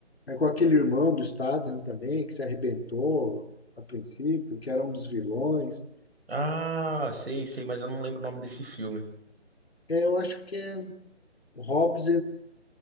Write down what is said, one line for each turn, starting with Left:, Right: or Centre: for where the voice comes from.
Left: É com aquele irmão do Statham também, que se arrebentou a princípio, que era um dos vilões.
Right: Ah, sei, sei, mas eu não lembro o nome desse filme.
Left: É, eu acho que é Hobbs